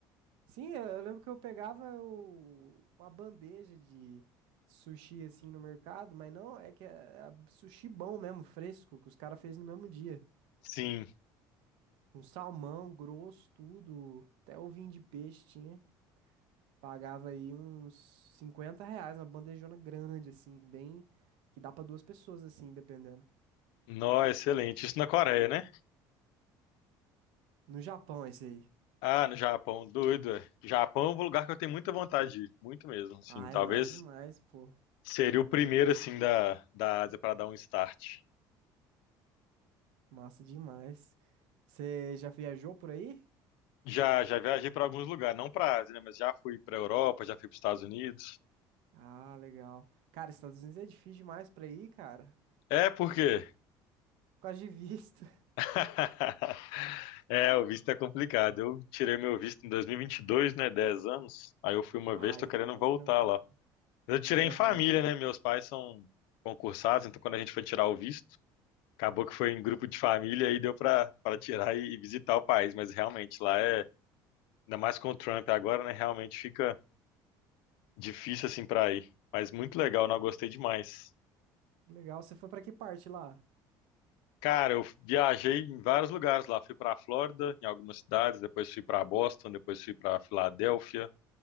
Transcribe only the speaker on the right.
Sim, eu, eu lembro que eu pegava o- uma bandeja de sushi assim no mercado, mas não, é que é, é sushi bom mesmo, fresco, que os caras fez no mesmo dia.
Com salmão grosso, tudo. Até ovinho de peixe tinha. Pagava aí uns 50 reais, uma bandejona grande, assim, bem. Que dá pra duas pessoas, assim, dependendo.
No Japão, esse aí.
Ah,
é massa demais, pô.
Massa demais. Você já viajou por aí?
Ah, legal. Cara, Estados Unidos é difícil demais pra ir, cara.
Por causa de visto. <laughs>
Ah,
aí
tá mais
tranquilo.
Aham.
Que legal. Você foi pra que parte lá?